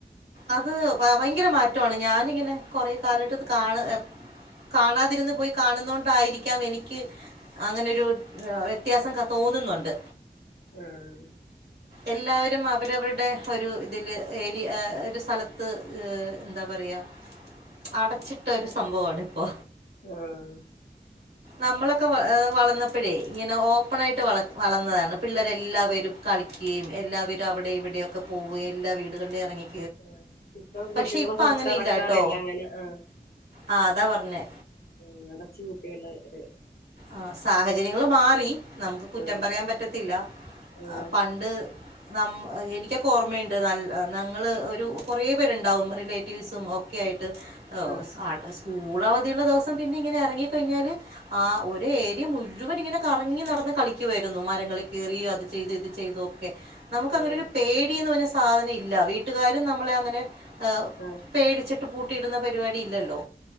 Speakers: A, on the right; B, on the left.
A: അത് വ വയങ്കര മാറ്റാണ് ഞാനിങ്ങനെ കൊറേ കാലായിട്ടത് കാണാണ് എപ്പ കാണാതിര്ന്ന് പോയി കാണുന്നോണ്ടായിരിക്കാം എനിക്ക് അങ്ങനെരു വ്യത്യാസം ക തോന്ന്ന്നുണ്ട്
B: ആ ഹ്
A: എല്ലാവരും അവരവരുടെ ഒരു ഇതില് ഏരിയ ഒരു സ്ഥലത്ത് ത്ത് ഹ് എന്താ പറയാ അടച്ചിട്ട ഒരു സംഭവാണ് ഇപ്പോ
B: ആഹ്
A: നമ്മളൊക്കെ വ വളന്നപ്പോഴേ ഇങ്ങനെ ഓപ്പണായിട്ട് വള വളന്നതാണ് പിള്ളേരെല്ലാവരും കളി കെയും എല്ലാവരും അവിടെയും ഇവിടെയൊക്കെ പോവുകയും എല്ലാ വീടുകളിലും ഇറങ്ങി
B: ആഹ് ഇപ്പൊ കുട്ടികളെ
A: പക്ഷെ ഇപ്പൊ
B: പൊറത്തിറക്കാറില്ല
A: അങ്ങനെ ഇല്ലാട്ടോ
B: അങ്ങനെ ആഹ്
A: ആഹ് അതാ പറഞ്ഞേ
B: ഉമ് അടച്ച് പൂട്ടി എല്ലാർക്കടേം
A: ആഹ് സാഹചര്യങ്ങൾ മാറി നമുക്ക് കുറ്റം
B: ആഹ്
A: പറയാൻ പറ്റത്തില്ല
B: ആഹ്
A: പണ്ട് നമ്മ് എനിക്കൊക്കെ ഓർമ്മയുണ്ട് നല്ല ഞങ്ങള് ഒരു കുറേ പേരുണ്ടാവും റിലേറ്റീവ്സും ഒ ക്കെയായിട്ട്
B: ആഹ്
A: സ സ്കൂളവധിയുള്ള ദിവസം പിന്നെ ഇങ്ങനെ ഇറങ്ങി കഴിഞ്ഞാല് ആഹ് ഒ മുഴുവൻ ഇങ്ങനെ കറങ്ങി നടന്ന് കളിക്കുവായിരുന്നു മരങ്ങൾ കയറി അത് ചെയ്തു ഇത് ചെയ്തു ഒക്കെ നമുക്ക് അങ്ങനെ
B: ആഹ്
A: ഒരു പേടിന്ന് പറഞ്ഞ സാധനം ഇല്ല വീട്ട കൂട്ടുകാരും നമ്മളെ അങ്ങനെ മ്
B: ആഹ്
A: പേടിച്ചിട്ട് പൂട്ടിയിടുന്ന പരിപാടി ഇല്ലല്ലോ